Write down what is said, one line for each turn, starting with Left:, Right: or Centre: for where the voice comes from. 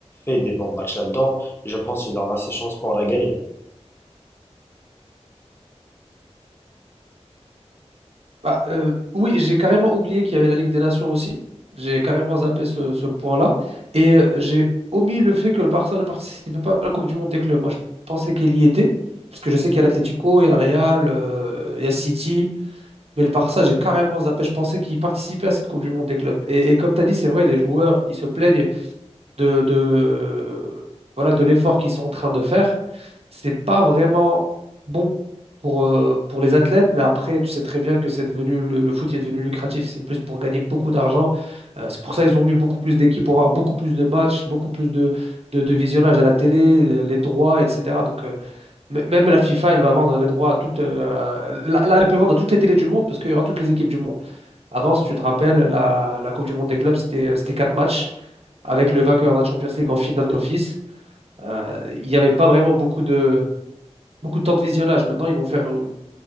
Left: fait des bons matchs là-dedans, je pense qu'il aura ses chances pour la gagner.
Right: Bah, euh, oui, j'ai carrément oublié qu'il y avait la Ligue des Nations aussi. J'ai carrément zappé ce, ce point-là. Et euh, j'ai omis le fait que le Barça ne participait pas à la Coupe du Monde des clubs. Moi, je pensais qu'il y était. Parce que je sais qu'il y a l'Atlético, il y a le Real, euh, il y a City. Mais le Barça, j'ai carrément zappé. Je pensais qu'il participait à cette Coupe du Monde des clubs. Et, et comme tu as dit, c'est vrai, les joueurs, ils se plaignent de, de- voilà, de l'effort qu'ils sont en train de faire, c'est pas vraiment bon pour, euh, pour les athlètes, mais après, tu sais très bien que c'est devenu le, le foot est devenu lucratif, c'est plus pour gagner beaucoup d'argent. Euh, c'est pour ça qu'ils ont mis beaucoup plus d'équipes pour avoir beaucoup plus de matchs, beaucoup plus de, de, de visionnage à la télé, euh, les droits, etc. Donc, euh, m- même la FIFA, elle va vendre les droits à toutes. euh, là, là, elle peut vendre à toutes les télés du monde parce qu'il y aura toutes les équipes du monde. Avant, si tu te rappelles, la, la Coupe du Monde des clubs, c'était euh, c'était quatre matchs avec le vainqueur de la Champions League en finale d'office. Euh, il n'y avait pas vraiment beaucoup de, beaucoup de temps de visionnage. Maintenant, ils vont faire une,